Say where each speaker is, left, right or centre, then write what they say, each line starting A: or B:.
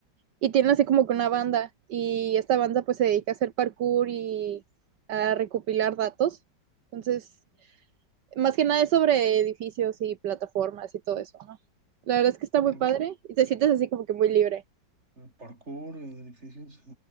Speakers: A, on the right; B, on the right.
A: y tienen así como que una banda y esta banda pues se dedica a hacer parkour y a recopilar datos. Entonces, más que nada es sobre edificios y plataformas y todo eso, ¿no? La verdad es que está
B: Mm,
A: muy padre y te sientes así como que muy libre.
B: Parkour, edificios.